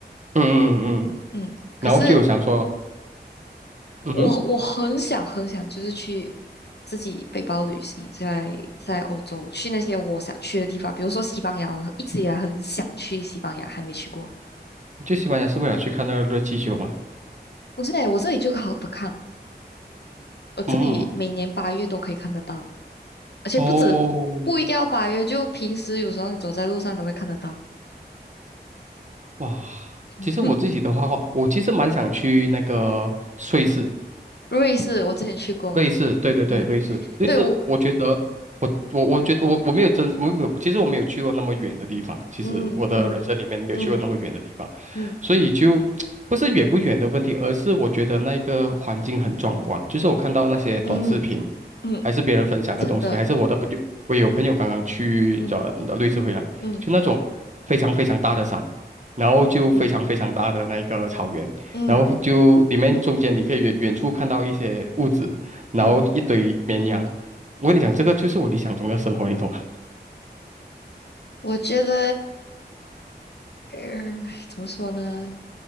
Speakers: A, on the right; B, on the left.
A: 嗯嗯嗯，嗯
B: 嗯，可是
A: 然后就有想说，嗯哼。
B: 我我很想很想，就是去自己背包旅行，在在欧洲去那些我想去的地方，比如说西班牙，我一直以来很想去西班牙，还没去过。
A: 去西班牙是为了去看那个热气球吗？
B: 不是欸，我这里就好的看，我这里每年八月都可以看得到。
A: 嗯，
B: 而且不止不一定要八月，
A: 哦，
B: 就平时有时候你走在路上都会看得到。
A: 哇，
B: <laughs>
A: 其实我自己的话，我其实蛮想去那个瑞士，
B: 瑞士我之前去过，
A: 类似，对对对，
B: 嗯，
A: 类似类似。
B: 对我，
A: 我觉得，我我我觉得我我没有真，我没有，其实我没有去过那么远的地方。其实我的人生里面没有去过那么远的地方，
B: 嗯嗯嗯嗯
A: 所以就不是远不远的问题，而是我觉得那个环境很壮观。就是我看到那些短视频，
B: 嗯嗯，
A: 还是别人分享的东西，
B: 真的，
A: 还是我的朋友，我有朋友刚刚去呃瑞士回来，
B: 嗯嗯
A: 就那种非常非常大的山。然后就非常非常大的那个草原，
B: 嗯嗯
A: 然后就里面中间你可以远远处看到一些物质。然后一堆绵羊。
B: 嗯，
A: 我跟你讲，这个就是我理想中的生活，你懂吗？
B: 我觉得，呃，怎么说呢？